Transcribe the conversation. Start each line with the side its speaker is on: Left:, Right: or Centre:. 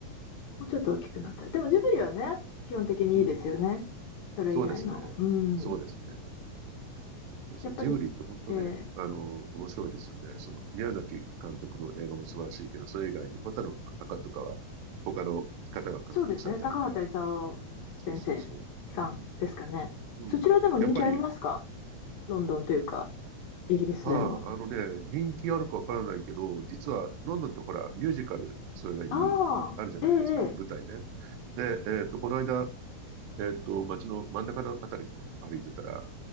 Left: もうちょっと大きくなったら。でもジブリはね、基本的にいいですよね。
Right: うん。
Left: それ以外の。
Right: そうですね。
Left: うん。
Right: そうですね。そう、
Left: やっぱり、
Right: ジブリって本当ね、
Left: えー
Right: あの、面白いですよね。その、宮崎監督の映画も素晴らしいけど、それ以外に、ホタルの墓とかは、他の方が監督されたりとか。
Left: そうですね。高畑勲先生さんですかね。
Right: そうそうそう。うん。
Left: そちらでも人気ありますか
Right: やっぱり、
Left: ロンドンというか、イギリスでも。
Right: まあ、あのね、人気あるかわからないけど、実は、ロンドンってほら、ミュージカル、それなりにあるじゃないですか、
Left: ああ、ええ、
Right: 舞台ね。
Left: え
Right: で、えっと、この間、えっと、街の真ん中のあたりを歩いてたら、